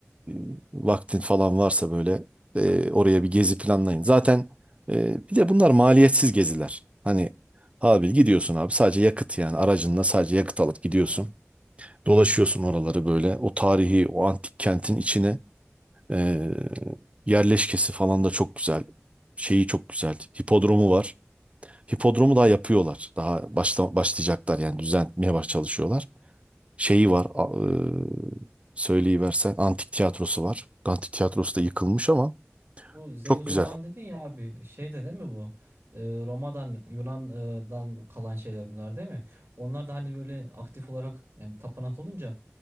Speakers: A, on the right (about 25°); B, on the right (about 60°).
A: e, vaktin falan varsa böyle e, oraya bir gezi planlayın. Zaten e, bir de bunlar maliyetsiz geziler. Hani abi gidiyorsun abi sadece yakıt yani aracınla sadece yakıt alıp gidiyorsun. Dolaşıyorsun oraları böyle. O tarihi, o antik kentin içine e, yerleşkesi falan da çok güzel. Şeyi çok güzel. Hipodromu var. Hipodromu daha yapıyorlar. Daha başla, başlayacaklar yani düzenlemeye baş çalışıyorlar. Şeyi var. a- E, söyleyiversen antik tiyatrosu var. Antik tiyatrosu da yıkılmış ama
B: Bu Zeus
A: çok güzel.
B: falan dedin ya abi şey de değil mi bu? Ee, Roma'dan Yunan'dan kalan şeyler bunlar değil mi? Onlar da hani böyle aktif olarak yani tapınak olunca